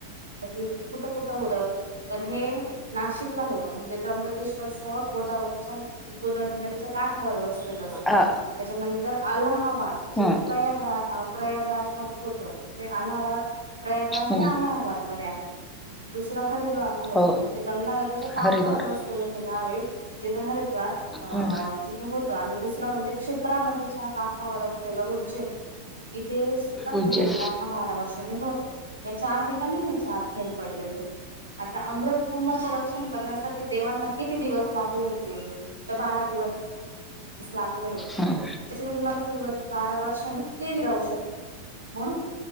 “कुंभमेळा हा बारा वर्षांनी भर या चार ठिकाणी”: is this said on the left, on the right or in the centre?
Right